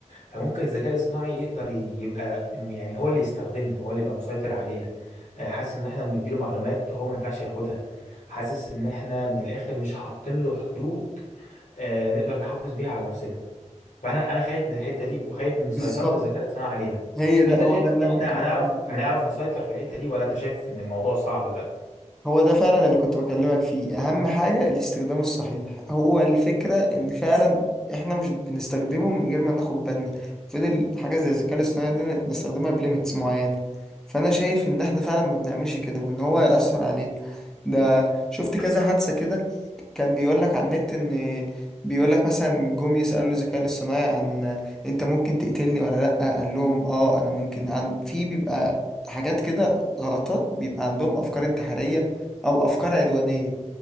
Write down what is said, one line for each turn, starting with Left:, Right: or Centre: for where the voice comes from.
Left: فممكن الذكاء الاصطناعي يقدر يبقى يعني هو اللي يستخدمنا هو اللي يبقى مسيطر علينا آه، حاسس إن إحنا بنديله معلومات هو ما ينفعش ياخدها حاسس إن إحنا من الآخر مش حاطين له حدود آه، نقدر نحافظ بيها على نفسنا فانا انا خايف من الحته دي وخايف من سيطره
Centre: بالظبط
Left: الذكاء الاصطناعي علينا
Centre: هي ده
Left: انت
Centre: هو
Left: شايف
Centre: ده
Left: ان
Centre: اللي انا
Left: احنا
Centre: كنت بكلمك
Left: هنعرف
Centre: فيه
Left: هنعرف نسيطر في الحته دي ولا انت شايف ان الموضوع صعب بقى
Centre: هو ده فعلا اللي كنت بكلمك فيه اهم حاجة الاستخدام الصحيح هو الفكرة ان فعلا احنا مش بنستخدمه من غير ما ناخد بالنا فضل حاجة زي الذكاء الاصطناعي ده نستخدمها بليميتس معينة فانا شايف ان احنا فعلا ما بنعملش كده وان هو هيأثر علينا ده شفت كذا حادثة كده كان بيقول لك على النت ان بيقول لك مثلا جم يسألوا الذكاء الاصطناعي عن انت ممكن تقتلني ولا لأ قال لهم اه انا ممكن عن في بيبقى حاجات كده غلطات بيبقى عندهم افكار انتحارية او افكار عدوانيه